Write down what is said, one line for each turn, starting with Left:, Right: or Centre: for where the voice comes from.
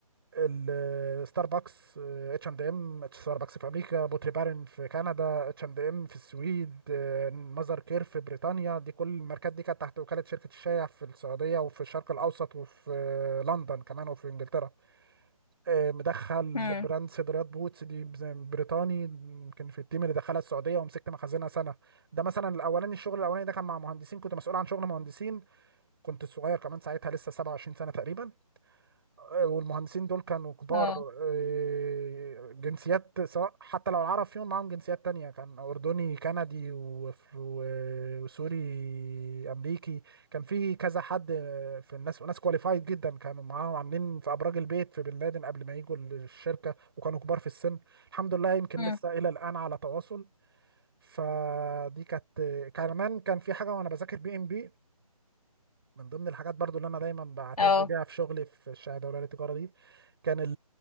Right: ال- ستاربكس اتش اند ام ستاربكس في امريكا بوتري بارن في كندا اتش اند ام في السويد ماذر كير في بريطانيا دي كل الماركات دي كانت تحت وكاله شركه الشايع في السعوديه وفي الشرق الاوسط وفي آه، لندن كمان وفي انجلترا آه، مدخل
Left: امم
Right: براند صدريات بوتس دي زي بريطاني يمكن في التيم اللي دخلها السعوديه ومسكت مخازنها سنه ده مثلا الاولاني الشغل الاولاني ده كان مع مهندسين كنت مسؤول عن شغل مهندسين كنت صغير كمان ساعتها لسه 27 سنه تقريبا والمهندسين دول كانوا كبار
Left: اه
Right: آه، جنسيات سواء حتى لو العرب فيهم معاهم جنسيات تانية كان أردني كندي وف- و- وسوري أمريكي كان في كذا حد آه، في الناس وناس كواليفايد جدا كانوا معاهم عاملين في أبراج البيت في بن لادن قبل ما يجوا الشركة وكانوا كبار في السن الحمد لله يمكن
Left: امم
Right: لسه إلى الآن على تواصل فدي كانت كمان كان في حاجة وأنا بذاكر بي إم بي من ضمن الحاجات برضو اللي انا دايما بعتز
Left: اه
Right: بيها في شغلي في الشهاده الاولى للتجاره دي كان ال